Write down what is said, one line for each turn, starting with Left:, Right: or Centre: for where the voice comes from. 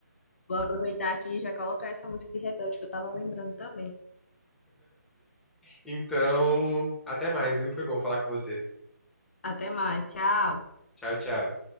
Left: Vou aproveitar aqui e já colocar essa música de Rebelde que eu tava lembrando também.
Centre: Então, até mais, viu? Foi bom falar com você.
Left: Até mais, tchau!
Centre: Tchau, tchau.